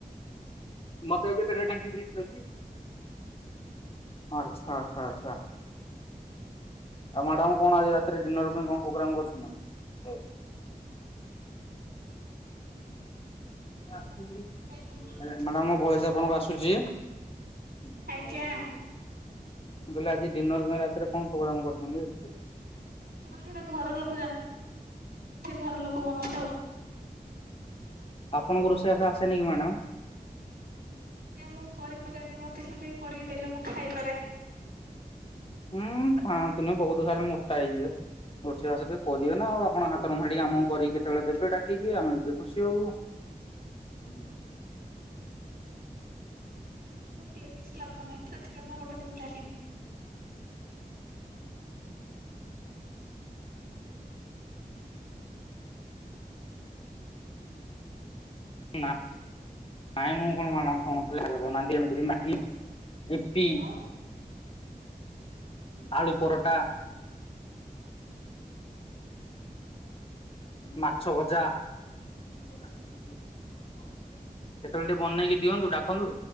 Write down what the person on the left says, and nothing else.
ମତେ ଆଉ କେତେ ଟା ଟାଙ୍କି ଦେଇଥିଲ କି? ଆଛା ଆଚ୍ଛା ଆଛା। ଆଉ ମ୍ୟାଡାମ କଣ ଆଜି ରାତିରେ ଡିନର ପାଇଁ କଣ ପ୍ରୋଗ୍ରାମ କରୁଛନ୍ତି ନା ଖାଇବାକୁ?
ମ୍ୟାଡ଼ାମ
ମୋ ଭଏସ ଆପଣଙ୍କୁ ଆସୁଚି? ମୁଁ
କହିଲି ଆଜି ଡିନର ପାଇଁ ରାତିରେ କଣ ପ୍ରୋଗ୍ରାମ କରୁଛନ୍ତି?
ଆପଣଙ୍କୁ ରୋଷେଇ ବାସ ଆସେନି କି ମ୍ୟାଡ଼ାମ?
ହୁଁ ଖାଆନ୍ତୁନି ବହୁତ ଖାଲି ମୋଟା ହେଇଯିବେ। ରୋଷେଇ ବାସ ଟିକେ କରିବେ ନା ଆଉ ଆପଣ ହାତରୁାଡିିକ ଆମକୁ କରିକି କେତେବେଳେ ଦେବେ ଡାକିକି ଆମେ ବି ଖୁସି ହବୁ। ଉଁ ହୁଁ।
ନାଁ ନାଇଁ ମୁଁ କଣ <unintelligible> ଇପି
ଆଳୁ ପରଟା। ମାଛ ଭଜା। କେତେବେଳେ ଟିକେ ବନେଇକି ଦିଅନ୍ତୁ ଡାକନ୍ତୁ।